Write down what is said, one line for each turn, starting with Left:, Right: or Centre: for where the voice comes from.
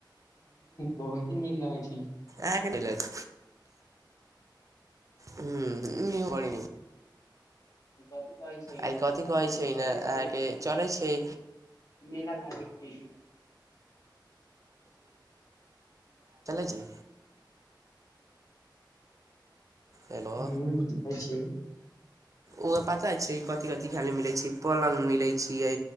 Left: बहुते नीक लागै छै।
Right: आहाँ के नई लग ह नीन परे हे।
Left: कथी कहै छै
Right: आइ
Left: अहाँके
Right: कथी कहै
Left: चलै
Right: ने अहाँके
Left: छै
Right: चलै छै
Left: मेला लागै छै।
Right: जी। हेलो
Left: र छै।
Right: ओ पता छै
Left: ई पतला
Right: कथि कथि
Left: से खाली
Right: खाय ले मिलै छै
Left: फल
Right: पलंग
Left: आबै
Right: मिलै
Left: छियै
Right: छैियै